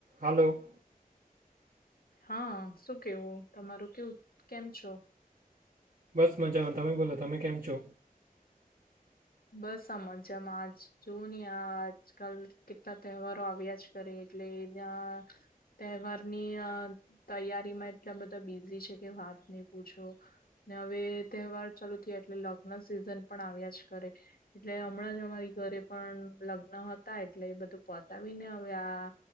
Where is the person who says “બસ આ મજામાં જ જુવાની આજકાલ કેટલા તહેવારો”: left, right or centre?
Left